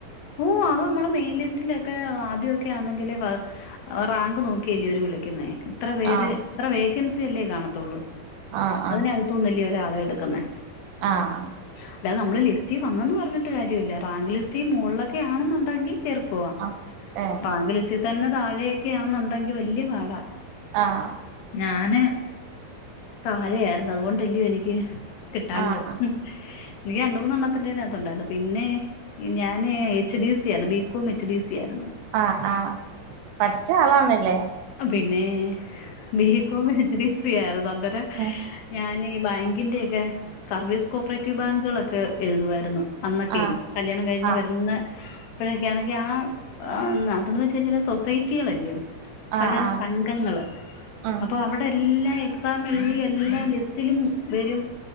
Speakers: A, on the left; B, on the right.
A: ഓഹ്‌ അത് മ്മളെ മെയിൻ ലിസ്റ്റിലൊക്കെ ആദ്യക്കെ ആണെങ്കിലെ വ റാങ്ക് നോക്കിയല്ലേ അവര് വിളിക്കുന്നേ. ഇത്ര പേര്
B: ആഹ്
A: ത്ര വേക്കൻസി അല്ലേ കാണതൊള്ളൂ
B: ആഹ്
A: അതിനക തുന്നല്ലേ ഒരാളെ എടുക്കുന്നെ.
B: ആഹ്‌.
A: അല്ലാതെ നമ്മള് ലിസ്റ്റി വന്ന ന്ന് പറഞ്ഞിട്ട് കാര്യല്ല റാങ്ക് ലിസ്റ്റി മുകൾലൊക്കെ ആണെന്നുണ്ടെങ്കി കേറിപ്പോവാം,
B: ആഹ് ഏഹ്
A: റാങ്ക് ലിസ്റ്റിൽ തന്നെ താഴെയൊക്കെയാണെന്നുണ്ടെങ്കി വല്ല്യയ പാടാ.
B: ആഹ്‌.
A: ഞാന് താഴെ ആരുന്നു അതുകൊണ്ടല്ല്യയോ എനിക്ക് കിട്ടാഞ്ഞത്.
B: ആഹ്
A: നീ രണ്ട് മൂന്നെണ്ണത്തിന്റെ തിനകത്ത് ഉണ്ടായിരുന്നു പിന്നെ ഞാന് എച്ച്. ഡി. സി ആണ് ബികോം എച്ച്. ഡി. സി ആയിരുന്നു.
B: ആഹ്‌ ആഹ്‌ പഠിച്ച ആളാണല്ലേ.
A: ഓ പിന്നെ ബീക്കോം എച്. ഡി. സി ആയിരുന്നു അന്നേരം
B: ഉം
A: ഞാനെയ് ബാങ്കിന്റെ ഒക്കെ സർവീസ് കോഓപ്പറേറ്റീവ് ബാങ്കുകളൊക്കെ എഴുതുവായിരുന്നു. അന്നൊക്കെ
B: ആഹ്
A: കല്യാണം കഴിഞ്ഞ്
B: ആഹ്
A: വരുന്ന ഇപ്പോഴൊക്കെയാണെങ്കി ആഹ്‌ അതെന്ന് വെച് കഴിഞ്ഞാല് സൊസൈറ്റികളല്ലിയോ. സഹകരണ
B: ആഹ് ആഹ്
A: സംഘങ്ങള്
B: ഉം
A: അപ്പൊ അവടെ എല്ലാ എക്സാം എഴ്തി എല്ലാ ലിസ്റ്റിലും വരും